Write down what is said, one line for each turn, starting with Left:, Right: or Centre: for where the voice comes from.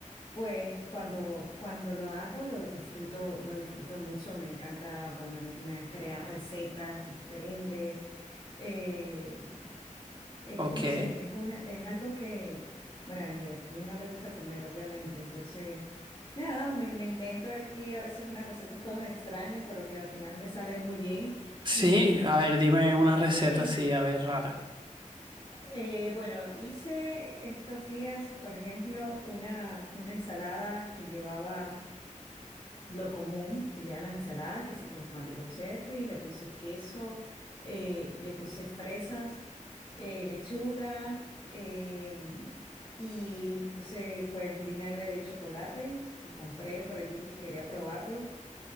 Left: pues cuando, cuando lo hago lo disfruto, lo disfruto mucho. Me encanta ponerme a crear recetas diferentes. Eh, es-
Right: ok.
Left: no sé, es una, es algo que, bueno, y aquí no le gusta comer, obviamente. Entonces, nada, me, me invento allí a veces unas recetas todas extrañas, pero que al final me salen muy bien.
Right: Sí,
Left: Y
Right: a ver, dime una
Left: sí.
Right: receta así, a ver, rara.
Left: Eh, bueno, hice estos días, por ejemplo, una, una ensalada que llevaba lo común, que llevan las ensaladas, que sí, tomatico cherry, le puse queso, eh, le puse fresas, eh, lechuga, eh, y puse pues un vinagre de chocolate que compré por allí que quería probarlo.